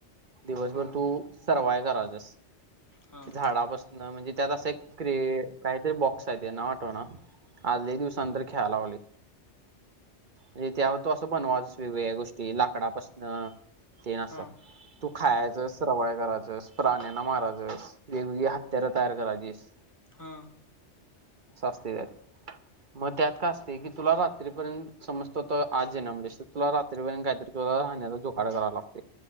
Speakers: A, on the right; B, on the left.
A: दिवसभर
B: हा
A: तू सर्वाय करायचस.
B: हां.
A: झाडापासन म्हणजे त्यात अस क्र काहीतरी बॉक्स आहे नाव आठव ना आज लई दिवसा नंतर खेळायला लागलोय. मग त्या तो असं बनवाचच वेगवेगळ्या गोष्टी लाकडापासन तेन अस
B: हा
A: तू खायचस सर्वाय करायचस प्राण्यांना मारयचस. वेगवेगळी हत्यारं तयार करायचीस.
B: हम.
A: असं असतय त्यात. मग त्यात काय असते की तुला रात्रीपर्यंत समजतो तर आज जन्मालास तर तुला रात्रीपर्यंत काहीतरी तुला राहण्याचा जो वाड करा लागते